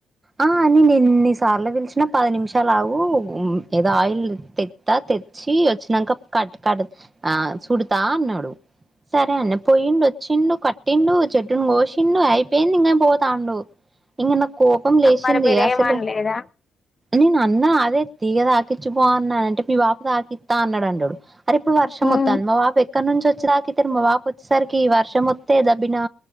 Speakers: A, on the right; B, on the left.
A: ఆ అని నేన్ని సార్లు పిలిచినా పది నిమిషాలు ఆగు ఏదో ఆయిల్ తా తెచ్చి వచ్చినాంక కట్ కట్ ఆ చూడతా అన్నాడు సరే అన్నా పోయిండు వచ్చిండు కట్టిండు చెట్టును కోసిండు అయిపోయింది ఇంకా పోతాండు ఇంగా నాకు కోపం లేచింది
B: మరి మీరేమనలేదా
A: అసలు నేను అన్న అదే తీగ మాకిచ్చిపో అన్నాడంటా అంటే మీ పాపకి రాపిత్త అన్నాడు అంటా వాడు రేపు వర్షం
B: హ్మ్
A: వత్తాంది మా పాప ఎక్కడి నుంచి వచ్చి <unintelligible> దాకా ఇ మా పాప వచ్చేసరికి వర్షం వత్తే డినా